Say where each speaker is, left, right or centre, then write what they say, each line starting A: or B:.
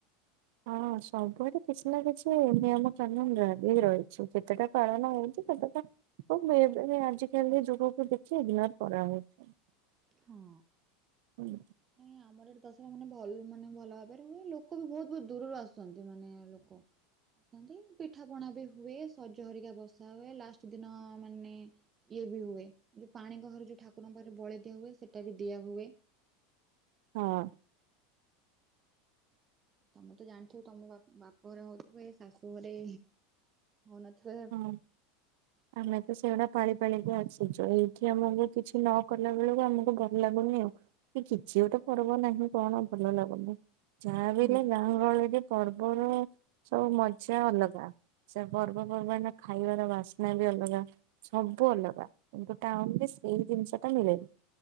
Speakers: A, on the right (about 65°); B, on the right (about 25°).
A: ହଁ ସବୁଆଡେ କିଛି ନା କିଛି ନିୟମ କାନୁନ ଲାଗି ରହିଛି କେତେଟା ପାଳନ ହଉଛି କେତେଟା ଖୁବ ବ ଆଜିିକାଲି ଯୁଗକୁ ଦେଖି ଇଗନୋର୍ କରା ହେଉଛି
B: ହଁ
A: ହୁଁ
B: ନାଇଁ ଆମର ଏଠି ଦଶହରା ମାନେ ଭଲ ମାନେ ଭଲ ଭାବରେ ହୁଏ ଲୋକ ବି ବହୁତ ବହୁତ୍ ଦୂରରୁ ଆସୁଛନ୍ତି ମାନେ ଲୋକ ଆନ୍ତି ପିଠା ପଣା ବି ହୁଏ ସଜ ହରିକା ବସା ହୁଏ ଲାଷ୍ଟ ଦିନ ମାନେ ଇଏ ବି ହୁଏ ଯୋଉ ପାଣି ଗହର ଯୋଉ ଠାକୁରଙ୍କ ପାଖରେ ବଳି ଦିଆ ହୁଏ ସେଟା ବି ଦିଆ ହୁଏ।
A: ହଁ
B: ତମେ ତ ଜାଣିଥିବ ତମ ବାପ ଘରେ ହଉଥିବ ଏ ଶାଶୁ ଘରେ ହଉନଥିବ
A: ହଁ ଆମେ ତ ସେଇଗୁଡା
B: ଆଉ
A: ପାଳି ପାଳିକି ଅସିଛୁ ଏଇଠି ଆମକୁ କିଛି ନ କଲା ବେଳକୁ ଆମକୁ ଭଲ ଲାଗୁନି ଆଉ କିଛି ଗୋଟେ ପର୍ବ ନାହିଁ କଣ ଭଲ ଲାଗୁନି ଯାହା ବି
B: ହୁଁ।
A: ହେଲେ ଗାଁ ଗହଳିରେ ପର୍ବର ସବୁ ମଜା ଅଲଗା ସେ ପର୍ବ ପର୍ବପର୍ବାଣିର ଖାଇବାର ବାସ୍ନା ବି ଅଲଗା ସବୁ ଅଲଗା କିନ୍ତୁ ଟାଉନ ରେ ସେଇ ଜିନିଷ ଟା ମିଳେନି